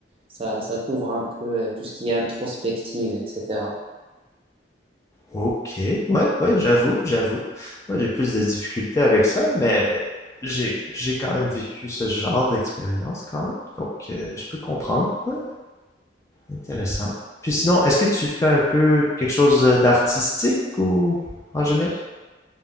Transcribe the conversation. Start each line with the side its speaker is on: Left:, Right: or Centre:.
Right: ça, ça t'ouvre un peu euh, tout ce qui est introspective, etc.
Left: Ok, ouais, ouais, j'avoue, j'avoue. Moi, j'ai plus de difficultés avec ça, mais j'ai j'ai quand même vécu ce genre d'expérience quand même, donc euh, je peux comprendre. Ouais, intéressant. Puis sinon, est-ce que tu fais un peu quelque chose d'artistique ou en général?